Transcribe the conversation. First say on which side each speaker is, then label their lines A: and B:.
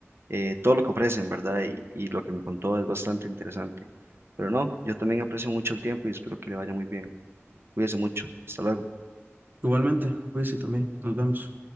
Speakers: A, on the right; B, on the right.
A: eh, todo lo que ofrecen, ¿verdad? Y, y lo que me contó es bastante interesante. Pero no, yo también aprecio mucho el tiempo y espero que le vaya muy bien. Cuídese mucho. Hasta luego.
B: Igualmente, cuídense también, nos vemos.